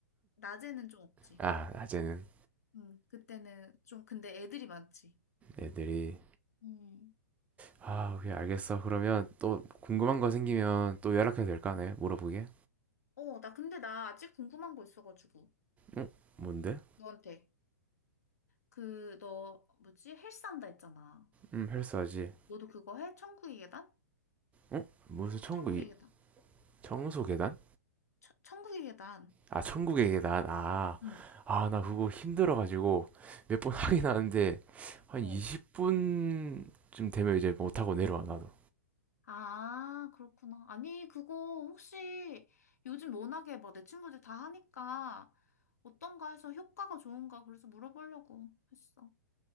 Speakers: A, on the left; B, on the right.
A: 낮에는 좀 없지.
B: 아, 낮에는
A: 응, 그때는 좀, 근데 애들이 많지.
B: 애들이.
A: 음.
B: 아, 오케이, 알겠어. 그러면 또 궁금한 거 생기면 또 연락해도 될까, 네? 물어보게?
A: 어, 나 근데 나 아직 궁금한 거 있어가지고,
B: 응? 뭔데?
A: 너한테. 그, 너, 뭐지? 헬스한다 했잖아.
B: 음, 헬스하지.
A: 너도 그거 해? 천국의 계단?
B: 응? 무슨 청구,
A: 천국의
B: 이-
A: 계단.
B: 청소 계단?
A: 천- 천국의 계단.
B: 아, 천국의 계단. 아,
A: 응,
B: 아, 나 그거 힘들어가지고 몇 번 <laughs> 하긴
A: 응.
B: 하는데 한
A: 어.
B: 20분쯤 되면 이제 못하고 내려와, 나도.
A: 아, 그렇구나. 아니, 그거 혹시 요즘 워낙에 뭐 내 친구들 다 하니까 어떤가 해서 효과가 좋은가 그래서 물어보려고 했어.